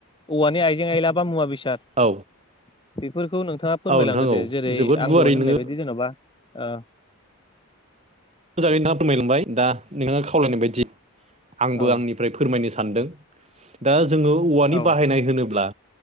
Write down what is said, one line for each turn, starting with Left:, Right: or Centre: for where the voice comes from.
Left: औवानि आइजें आइला बा मुवा बेसाद
Right: औ
Left: <inaudible> बिफोरखौ नोंथाङा फोरमायलांदो
Right: औ नोंथां औ
Left: दे जेरै
Right: जोबोद
Left: आं
Right: गुवारै
Left: दहाय होननाय
Right: नोङो
Left: बायदि जेन'बा अ
Right: मोजाङै <unintelligible> फोरमायलांबाय दा नोङो खावलायनाय बायदि आंबो
Left: औ
Right: आंनि फ्राय फोरमायनो सानदों दा जोङो औवानि
Left: औ
Right: बाहायनाय होनोब्ला